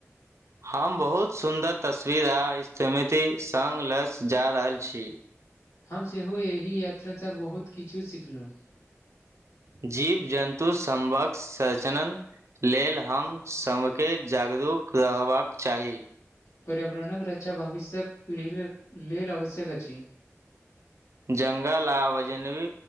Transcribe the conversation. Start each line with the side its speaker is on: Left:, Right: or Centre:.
Right: हम बहुत सुन्दर तस्वीर आ स्मृतिसँग लऽ जा रहल छी।
Left: हम सेहो एहि यात्रा से बहुत किछु सिखलौ
Right: जीव जन्तु समबक सजनन लेल हम समके जागरूक रहबाक चाही
Left: पर्यावरणक रक्षा भविष्यक पीढ़ी ले लेल आवश्यक अछि
Right: जंगल आ बजनबी